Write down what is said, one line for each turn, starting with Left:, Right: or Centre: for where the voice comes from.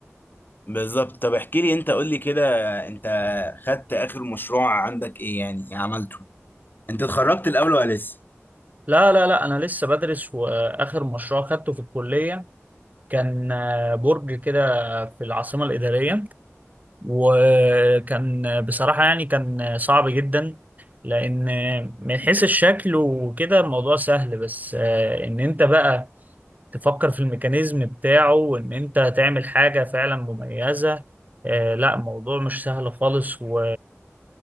Left: بالظبط طب احكي لي انت قول لي كده انت خدت اخر مشروع عندك ايه يعني عملته انت اتخرجت الاول ولا لسه
Right: لا لا لا انا لسه بدرس واخر مشروع خدته في الكليه كان آه، برج كده في العاصمه الاداريه وكان بصراحة يعني كان صعب جدا لأن من حيث الشكل وكده الموضوع سهل بس آه، إن أنت بقى تفكر في الميكانيزم بتاعه وإن أنت تعمل حاجة فعلا مميزة آه، لا الموضوع مش سهل خالص و...